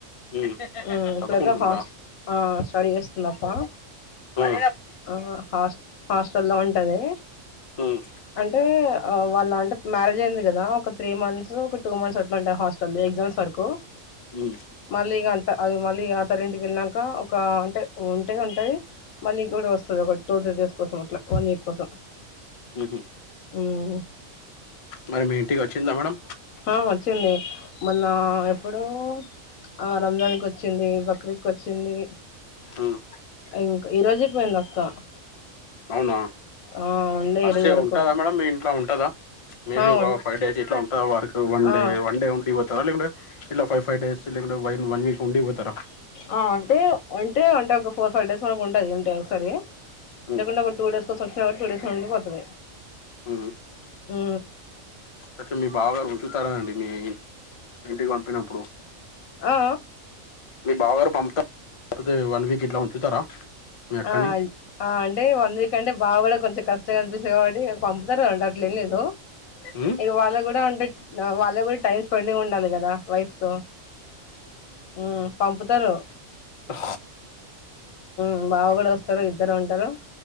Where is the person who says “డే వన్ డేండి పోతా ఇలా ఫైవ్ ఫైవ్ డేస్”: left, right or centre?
Left